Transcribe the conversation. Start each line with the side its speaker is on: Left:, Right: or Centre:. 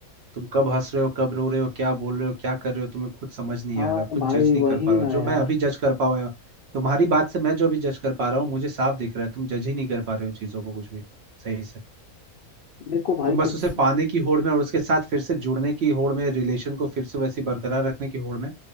Right: तुम कब हंस रहे हो कब रो रहे हो क्या बोल रहे हो क्या कर रहे हो तुम्हें खुद समझ नहीं
Left: हाँ
Right: आ रहा खुद
Left: भाई
Right: जज नहीं
Left: वही
Right: कर पा रहा
Left: ना
Right: हो जो
Left: यार
Right: मैं अभी जज कर पाऊँ तुम्हारी बात से मैं जो अभी जज कर पा रहा हूँ मुझे साफ दिख रहा है तुम जज ही नहीं कर पा रहे हो चीजों को कुछ भी सही से
Left: मेरे को भाई
Right: तुम बस
Left: कुछ
Right: उसे पाने की होड़ में और उसके साथ फिर से जुड़ने की होड़ में रिलेशन को फिर से वैसे ही बरकरार रखने की होड़ में